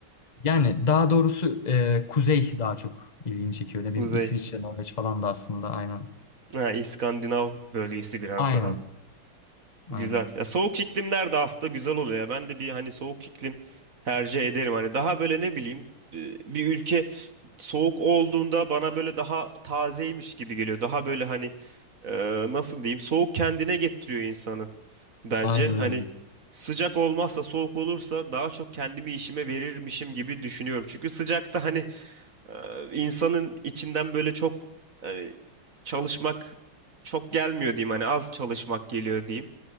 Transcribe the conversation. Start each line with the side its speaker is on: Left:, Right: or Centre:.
Left: yani daha doğrusu e, kuzey daha çok ilgimi çekiyor. Ne
Right: <laughs> Kuzey.
Left: bileyim İsviçre, Norveç falan da aslında aynen.
Right: Ha, İskandinav bölgesi biraz
Left: Aynen.
Right: daha.
Left: Aynen.
Right: Güzel. Ya soğuk iklimler de aslında güzel oluyor ya. Ben de bir hani soğuk iklim tercih ederim. Hani daha böyle ne bileyim e, bir ülke soğuk olduğunda bana böyle daha tazeymiş gibi geliyor. Daha böyle hani e, nasıl diyeyim soğuk kendine getiriyor insanı bence.
Left: Aynen
Right: Hani
Left: öyle.
Right: sıcak olmazsa soğuk olursa daha çok kendimi işime verirmişim gibi düşünüyorum. Çünkü sıcakta hani ee, insanın içinden böyle çok hani çalışmak çok gelmiyor diyeyim hani az çalışmak geliyor diyeyim.